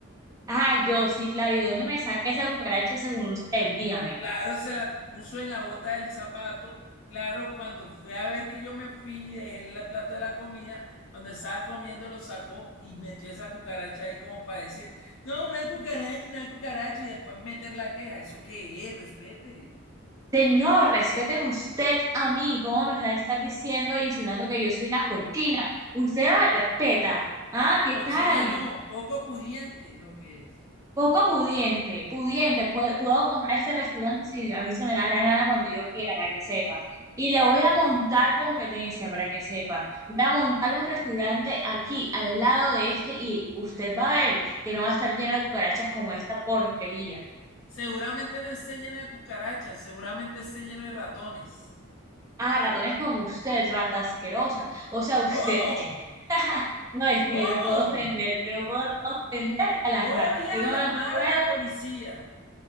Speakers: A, on the right; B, on the left.
A: Ah, yo sí, claro. ¿Y de dónde me saqué esa cucaracha según usted? Dígame.
B: Claro, se la puso en la bota del zapato. Claro, cuando fue a ver que yo me fui, dejé el plato de la comida, cuando estaba comiendo lo sacó y metió esa cucaracha ahí como para decir, no, una cucaracha, una cucaracha y después meter la queja. ¿Eso qué es? Respete.
A: Señor, respéteme usted a mí. ¿Cómo me va a estar diciendo e insinuando que yo soy una cochina? Usted no me respeta. Ah, ¿qué
B: Cochina
A: tal?
B: no, poco pudiente lo que es.
A: Poco pudiente, pudiente. Puedo, puedo comprar este restaurante si a mí se me da la gana cuando yo quiera, para que sepa. Y le voy a montar competencia, para que sepa. Voy a montar un restaurante aquí, al lado de este, y usted va a ver que no va a estar lleno de cucarachas como esta porquería.
B: Seguramente no esté lleno de cucarachas, seguramente esté lleno de ratones.
A: Ah, ratones como usted, rata asquerosa. O sea, usted,
B: ¿Cómo?
A: <laughs> no es
B: ¿Cómo?
A: que yo no puedo ofender, yo no puedo ofender a las
B: Voy
A: ratas.
B: a
A: Yo no
B: llamar
A: los puedo
B: a la policía.